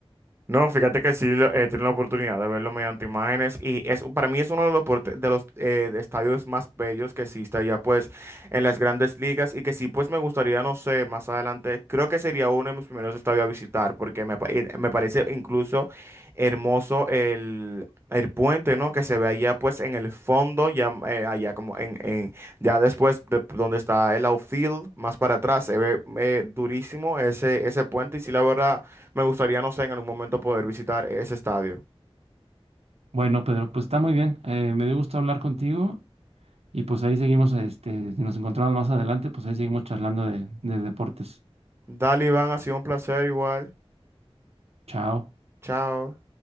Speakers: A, on the right (about 25°); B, on the right (about 80°).
A: No, fíjate que sí eh, tiene la oportunidad de verlo mediante imágenes y es un- para mí es uno de los, porte- de los eh, de estadios más bellos que existe allá pues en las grandes ligas y que sí pues me gustaría, no sé, más adelante, creo que sería uno de mis primeros estadios a visitar porque me, pa- eh, me parece incluso hermoso el, el puente, ¿no? Que se ve allá pues en el fondo, ya eh, allá como en, en- ya después de donde está el outfield, más para atrás, se ve eh, durísimo ese, ese puente y sí la verdad... Me gustaría, no sé, en algún momento poder visitar ese estadio.
B: Bueno, Pedro, pues está muy bien. eh, me dio gusto hablar contigo y pues ahí seguimos, este, si nos encontramos más adelante, pues ahí seguimos charlando de, de deportes.
A: Dale, Iván, ha sido un placer igual.
B: Chao.
A: Chao.